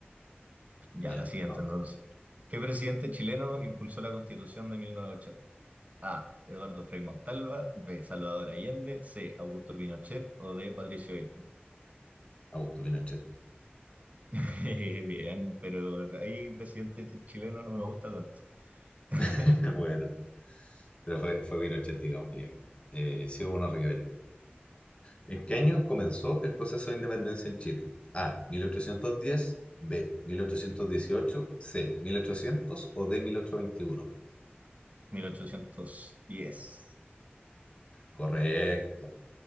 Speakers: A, on the right; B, on the left.
A: Ya,
B: ya,
A: la siguiente
B: vamos.
A: entonces. ¿Qué presidente chileno impulsó la Constitución de 1980? A. Eduardo Frei Montalva. B. Salvador Allende. C. Augusto Pinochet. O D. Patricio Aylwin.
B: Augusto Pinochet.
A: <laughs> Bien, pero ahí presidente ch- chileno no me gusta tanto. <laughs>
B: <laughs> Bueno, pero fue, fue Pinochet, digamos, ya. Eh, sí hubo unos rivallos. ¿En qué año comenzó el proceso de independencia en Chile? A. 1810, B. 1818, C. 1800 o D. 1821.
A: 1810.
B: Correcto.